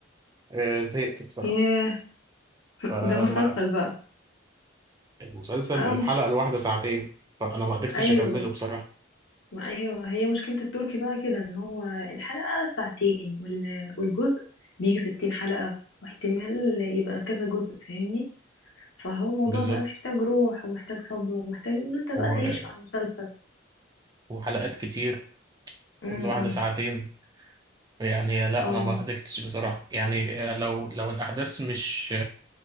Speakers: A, on the right; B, on the left.
A: آه، زهقت بصراحة
B: ياه
A: فما
B: ده مسلسل بقى
A: المسلسل
B: اه
A: الحلقة
B: مش
A: الواحدة ساعتين فأنا ما قدرتش
B: ايوه
A: أكمله بصراحة
B: ما ايوه هي مشكلة التركي بقى كده ان هو الحلقة ساعتين وال... والجزء بيجي ستين حلقة واحتمال يبقى كذا جزء فاهمني فهو الموضوع
A: بالظبط
B: بقى محتاج روح ومحتاج صبر ومحتاج ان انت بقى
A: و-
B: تعيش مع المسلسل
A: وحلقات كتير
B: امم
A: كل واحدة ساعتين يعني لا
B: اه
A: أنا ما قدرتش بصراحة يعني آه، لو لو الأحداث مش